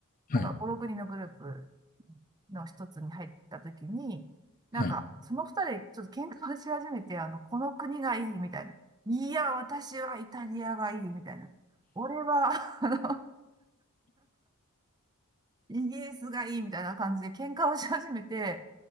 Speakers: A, on the left; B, on the right.
A: はい。
B: なんか5、6人のグループの一つに入った時に、なんかその二人でちょっと喧嘩をし始めて、
A: はい。
B: あの、この国がいいみたいな。いや、私はイタリアがいいみたいな。俺は、あの、イギリスがいいみたいな感じで喧嘩をし始めて、